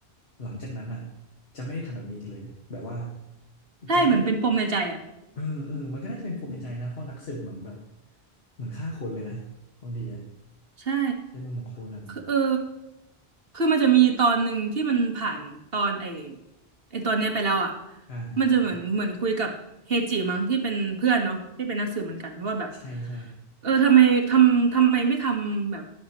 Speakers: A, on the left; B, on the right.
A: หลังจากนั้นอ่ะจะไม่ได้ทำแบบนี้อีกเลยแบบว่า
B: ใช่เหมือนเป็นปมในใจอ่ะ
A: จะไม่ได้เออเออมันก็น่าจะเป็นปมในใจนะเพราะนักสืบเหมือนแบบเหมือนฆ่าคนเลยนะบางทีอ่ะ
B: ใช่
A: ในมุมของโคนันอ่ะ
B: คือเออคือมันจะมีตอนหนึ่งที่มันผ่านตอนไอ้ไอ้ตอนเนี้ยไปแล้วอ่ะ
A: อ่าอ่าอ่า
B: มันจะเหมือนเหมือนคุยกับเฮจิมั้งที่เป็นเพื่อนเนาะที่เป็นนักสืบเหมือนกันว่าแบบ
A: ใช่ใช่
B: เออทำไมทำทำไมไม่ทำแบบ